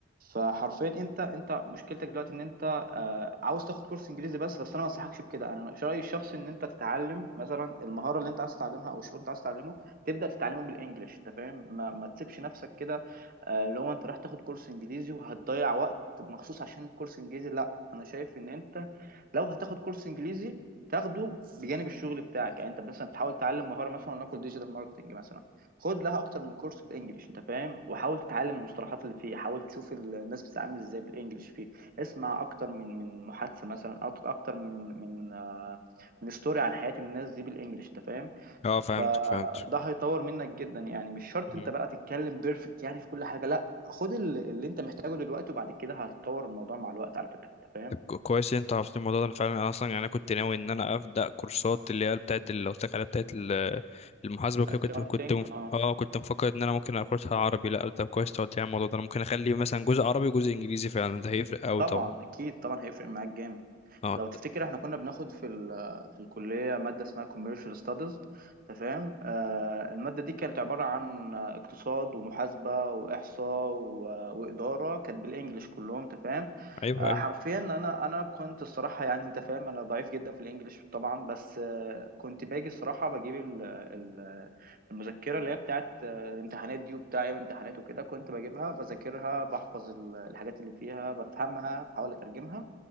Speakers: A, on the right; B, on the left.
A: فحرفيا انت انت مشكلتك دلوقتي ان انت آه، عاوز تاخد كورس انجليزي بس بس انا ما انصحكش بكده انا رايي الشخصي ان انت تتعلم مثلا المهاره اللي انت عايز تتعلمها او الشغل اللي انت عايز تتعلمه تبدا تتعلمه بالانجليش انت فاهم ما, ما تسيبش نفسك كده آه، اللي هو انت رايح تاخد كورس انجليزي وهتضيع وقت مخصوص عشان الكورس انجليزي لا انا شايف ان انت لو هتاخد كورس انجليزي تاخده بجانب الشغل بتاعك يعني انت مثلا بتحاول تتعلم مهاره مثلا نقول ديجيتال ماركتنج مثلا خد لها اكتر من كورس بالانجلش انت فاهم وحاول تتعلم المصطلحات اللي فيه حاول تشوف ال- الناس بتتعامل ازاي بالانجلش فيه اسمع اكتر من من محادثه مثلا أو اكتر من من آه، من ستوري عن حياه الناس دي بالانجلش انت فاهم
B: اه فهمتك
A: فده
B: فهمت
A: هيطور منك جدا يعني مش شرط
B: مم.
A: انت بقى تتكلم بيرفكت يعني في كل حاجه لا خد ال- اللي انت محتاجه دلوقتي وبعد كده هيتطور الموضوع مع الوقت على فكره انت فاهم
B: طب كو- كويس إن انت عرفت الموضوع ده أنا فعلا انا اصلا يعني انا كنت ناوي ان انا ابدا كورسات اللي هي بتاعت اللي قلت لك عليها بتاعت ال- المحاسبه وكده
A: الاكونتنج
B: كنت كنت مف...
A: اه
B: اه كنت مفكر ان انا ممكن اخدها عربي لا طب كويس إنت قلت لي على الموضوع ده انا ممكن اخلي مثلا جزء عربي وجزء انجليزي فعلا ده هيفرق قوي
A: طبعا
B: طبعا
A: اكيد طبعا هيفرق معاك جامد
B: اه
A: لو تفتكر احنا كنا بناخد في ال في الكلية مادة اسمها commercial studies تمام آه المادة دي كانت عبارة عن اقتصاد ومحاسبة وإحصاء و- وإدارة كانت بالإنجلش كلهم تمام
B: ايوه
A: آه
B: ايوه
A: حرفيا انا انا كنت الصراحة يعني انت فاهم انا ضعيف جدا في الإنجليش طبعا بس آه كنت باجي الصراحة بجيب ال- ال- المذكرة اللي هي بتاعت آه، الامتحانات دي وبتاع أيام الامتحانات وكده كنت بجيبها بذاكرها بحفظ ال- الحاجات اللي فيها بفهمها بحاول أترجمها